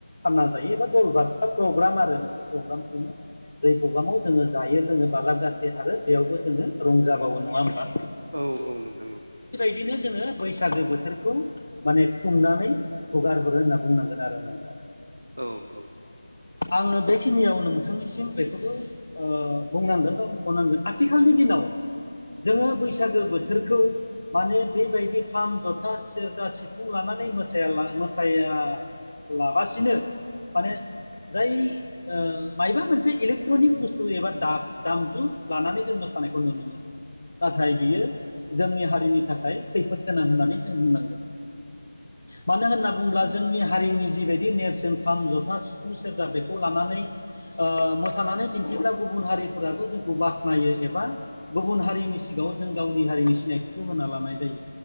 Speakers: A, on the left (about 65°); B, on the right (about 70°).
A: खाना जायो एबा दलबार बा फ्रग्राम आरो मोनसे फ्रग्राम खुंङो जाय प्ग्रामाव जोङो लोंङो बालाब गासे आरो बेयावबो जोंङो रंजाबावो नंङा होमबा
B: औ औ नोंथां औ
A: बिदिनो जोंङो बैसागो बोथोरखौ माने खुंनानै हगारहरो होनना बुंनांगोन आरो नोंथां
B: औ औ
A: आंङो बेखिनियाव नोंथांनिसिम बेखौबो ओ बुंनांगोन बा मख'नांगोन आथिखालनि दिनाव जोंङो बैसागो बोथोरखौ माने बेबायदि खाम जथा सेरजा सिफुं लानानै मोसायाला मोसाया लाबासिनो माने जाय ओ मयबा मोनसे इलेक्ट्र'निक बुस्थु खौ एबा दाब दामजु लानानै जों मोसानायखौ नुनो मोनो नाथाय बियो जोंनि हारिनि थाखाय खैफोद गोनां होननानै जों बुंनांगोन। मानो होनना बुंङोब्ला जोंनि हारिनि जिबायदि नेरसोन खाम जथा सिफुं सेरजा बेखौ लानानै ओ मोसानानै दि ब्ला गुबुन हारिफोराबो जोंखौ बाखोनायो एबा गुबुन हारिनि सिगांङाव जों गावनि हारिनि सिनायथि खौ होना लानाय जायो।